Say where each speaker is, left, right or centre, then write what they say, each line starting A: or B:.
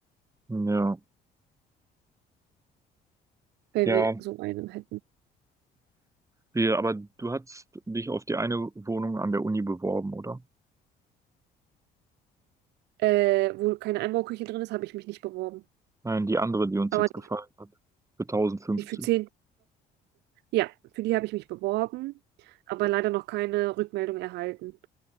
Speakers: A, on the right; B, on the right.
A: Ja.
B: wenn
A: Ja,
B: wir so einen hätten.
A: wir, aber du hast dich auf die eine Wohnung an der Uni beworben, oder?
B: Äh, wo keine Einbauküche drin ist, habe ich mich nicht beworben.
A: Nein, die andere, die uns
B: Aber
A: jetzt
B: die,
A: gefallen hat. Für 1050.
B: die für zehn, Ja, für die habe ich mich beworben, aber leider noch keine Rückmeldung erhalten.